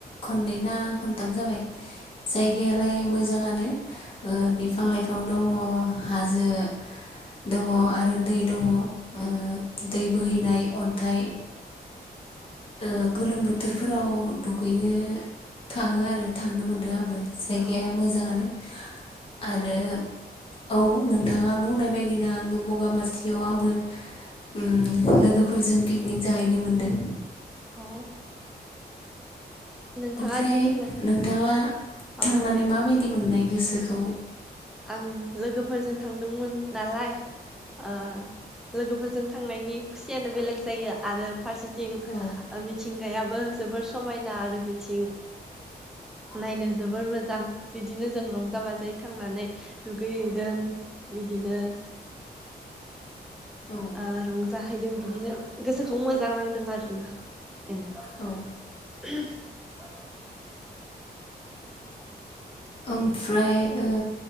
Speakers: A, on the left (about 30°); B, in the centre.
A: खननै ना खनथाम जाबाय जायगायालाय मोजाङानो ओ बिफां लाइफां दङ हाजो दङ आरो दै दङ ओ दै बोहैनाय अनथाइ ओ गोलोम बोथोर फोराव दुगैनो थाङो आरो थांनो मोनदों आंबो जायगाया
B: औ
A: मोजाङानो आरो औ नोंथाङा बुंनाय बायदिनो आंबो बगामाथियाव आंबो उ लोगोफोरजों पिकनिक जाहैनो मोनदों
B: औ नोंथाङा
A: ओमफ्राय
B: गिदिंनो
A: नोंथाङा
B: औ
A: थांनानै
B: दे बुंनोसै
A: माबायदि मोननाय गोसोखौ
B: आं लोगोफोरजों थांदोंमोन नालाय ओ लोगोफोरजों थांनायनि खुसियानो बेलेग जायो आरो फारसेथिं
A: औ
B: ओ मि थिंगायाबो जोबोर समायना आरो बिथिं नायनो जोबोर मोजां बिदिनो जों रंजा बाजायै थांनानै दुगैहैदों बिदिनो
A: औ
B: ओ रंजाहैदों बिदिनो गोसोखौ मोजां नांदों आरोना बेनो
A: औ
B: <unintelligible>
A: ओमफ्राय ओ